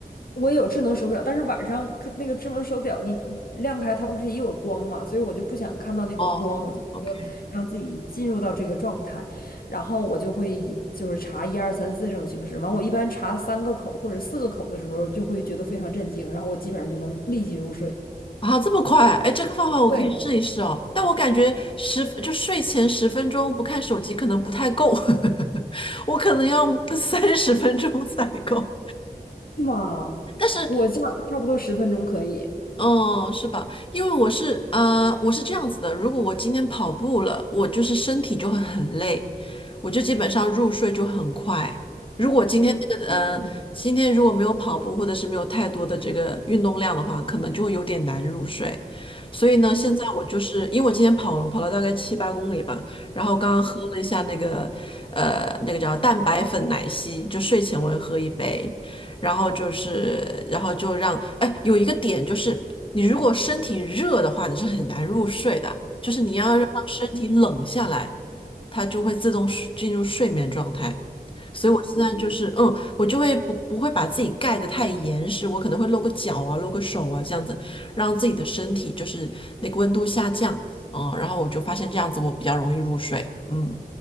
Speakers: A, on the left; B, on the left.
A: 我也有智能手表，但是晚上看那个智能手表，你亮开它不是也有光嘛，所以我就不想看到那个光，
B: 哦
A: 我就说让自己进入到这个状态，
B: o k
A: 然后我就会以就是查一二三四这种形式，完我一般查三个口或者四个口的时候，就会觉得非常震惊，然后我基本上就能立即入睡。
B: 啊，这么快？哎，这个方法我可以试一试哦。
A: 对，
B: 但我感觉十就睡前十分钟不看手机可能不太够，<laughs> 我可能要三十分钟 <laughs> 才够。
A: 是吗？
B: 但是
A: 我差差不多十分钟可以。
B: 哦，是吧？因为我是呃，我是这样子的，如果我今天跑步了，我就是身体就会很累，我就基本上入睡就很快。如果今天那个呃，
A: 嗯嗯
B: 今天如果没有跑步或者是没有太多的这个运动量的话，可能就会有点难入睡。所以呢，现在我就是因为我今天跑了跑了大概七八公里吧，
A: 嗯。
B: 然后刚刚喝了一下那个呃那个叫蛋白粉奶昔，就睡前我会喝一杯。然后就是，然后就让，哎，有一个点就是，你如果身体热的话，你是很难入睡的，就是你要让身体冷下来，它就会自动睡进入睡眠状态。所以我现在就是，嗯，我就会不不会把自己盖得太严实，我可能会露个脚啊，露个手啊，这样子，让自己的身体就是那个温度下降，嗯，然后我就发现这样子我比较容易入睡，嗯